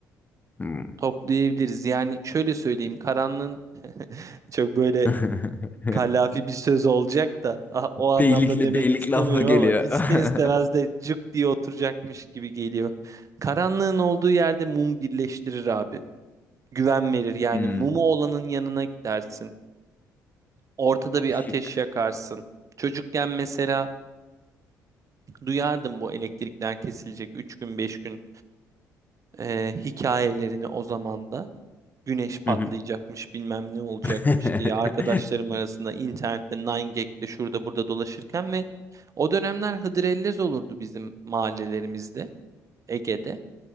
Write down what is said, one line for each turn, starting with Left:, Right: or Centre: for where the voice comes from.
Left: Hmm.
Right: toplayabiliriz. Yani şöyle söyleyeyim, karanlığın çok böyle
Left: <laughs>
Right: Kallafi bir söz olacak da ah, o anlamda
Left: Beylikli
Right: demek
Left: beylik
Right: istemiyorum
Left: lafı geliyor.
Right: ama ister istemez
Left: <laughs>
Right: de cık diye oturacakmış gibi geliyor. Karanlığın olduğu yerde mum birleştirir abi. Güven verir yani
Left: Hmm,
Right: mumu olanın yanına gidersin. Ortada bir
Left: ışık.
Right: ateş yakarsın. Çocukken mesela duyardım bu elektrikler kesilecek 3 gün 5 gün e, hikayelerini o zaman da. Güneş patlayacakmış
Left: Hı hı.
Right: bilmem ne olacakmış
Left: <laughs>
Right: diye arkadaşlarım arasında internette 9gag'de şurada burada dolaşırken ve O dönemler hıdrellez olurdu bizim mahallelerimizde, Ege'de.